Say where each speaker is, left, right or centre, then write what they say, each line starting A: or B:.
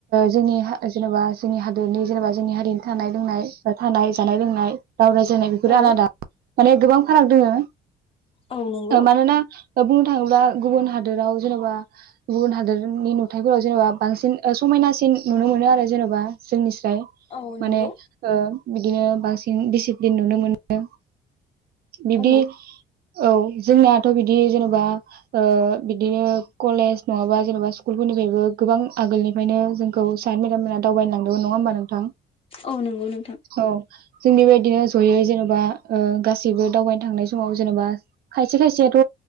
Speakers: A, on the right; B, on the left.
A: जोंनि जेनेबा जोंनि हादोरनि जेनेबा जोंनि हारिनि थानाय लोंनाय थानाय जानाय-लोंनाय राव रायज्लायनाय बेफोरो
B: औ
A: आलादा माने गोबां फाराग दोङो,
B: औ नंगौ
A: मानोना। नो थाङोब्ला गुबुन हादोराव जेनेबा गुबुन हादोरनि नुथाइफोराव जेनेबा बांसिन समायनासिन नुनो मोनो आरो जेनेबा जोंनि ज
B: औ
A: माने
B: नंगौ
A: बिदिनो बांसिन बेसि सिलिन नुनो मोनो बिब्दि
B: औ
A: औ जोंनाथ' बिदि जेनेबा बिदिनो कलेज नङाबा जेन'बा स्कुलफोरनिफ्रायबो गोबां आगोलनिफ्रायनो जोंखौ सार मेडाम मोना दावबायनो लांदोंमोन नङा होमबा नोंथां?
B: औ नंगौ नोंथां।
A: औ जों बेबादि बिदिनो जयै जेनेबा गासैबो दावबायनो थांनाय समाव जेनेबा खायसे खायसेयाथ'